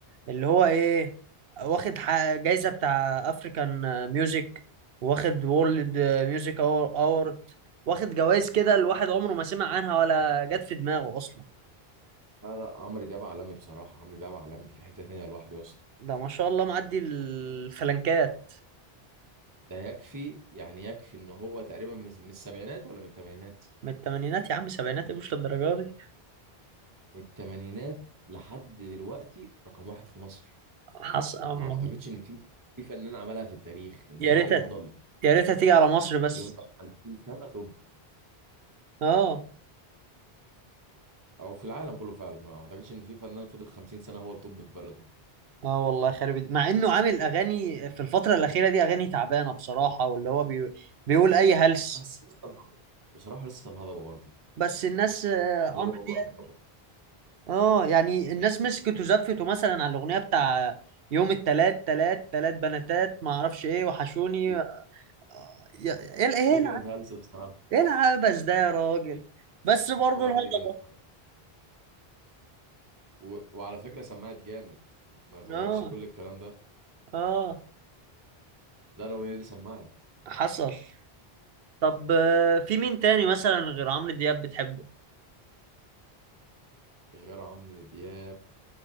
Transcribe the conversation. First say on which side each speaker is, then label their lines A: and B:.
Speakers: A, on the right; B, on the right.
A: اللي هو ايه واخد ح- جايزة بتاع افريكان ميوزك واخد وورلد ميوزك اورد واخد جوائز كده الواحد عمره ما سمع عنها ولا جت في دماغه اصلا
B: لا لا عمرو دياب عالمي بصراحة عمرو دياب عالمي في حتة تانية لوحده يا اسطى
A: ده ما شاء الله معدي الفلنكات
B: ده يكفي يعني يكفي ان هو تقريبا من من السبعينات ولا من الثمانينات
A: من الثمانينات يا عم سبعينات مش للدرجة دي
B: من الثمانينات لحد دلوقتي رقم واحد في مصر
A: حص... أم-
B: ما اعتقدش ان في في فنان عملها في التاريخ ان
A: يا
B: هو
A: ريتها
B: يفضل
A: يا ريتها تيجي على مصر بس
B: يفضل 50 سنة توب
A: اه
B: او في العالم كله فعلا ما اعتقدش ان في فنان فضل 50 سنة هو توب في بلده
A: اه والله خرب الد- مع انه عامل اغاني في الفترة الأخيرة دي اغاني تعبانة بصراحة واللي هو بي... بيقول اي هلس
B: بس بصراحة لسه الهضبة برضه
A: بس الناس آه، عمرو
B: هو هو
A: دياب
B: الهضبة
A: اه يعني الناس مسكت وزفته مثلا على الاغنيه بتاع يوم التلات تلات تلات بناتات ما اعرفش ايه وحشوني
B: دي,
A: آه، يا- ايه الع-
B: دي
A: ايه الع-
B: كانت هلسة بصراحة
A: ايه العبث ده يا راجل بس برضه
B: بصراحة
A: الهضبه
B: دي كانت هلسة. و... وعلى فكرة سمعت جامد ما يغركش
A: اه
B: كل الكلام ده
A: اه
B: لا الأغنية دي سمعت
A: حصل طب آه، في مين تاني مثلا غير عمرو دياب بتحبه
B: غير عمرو دياب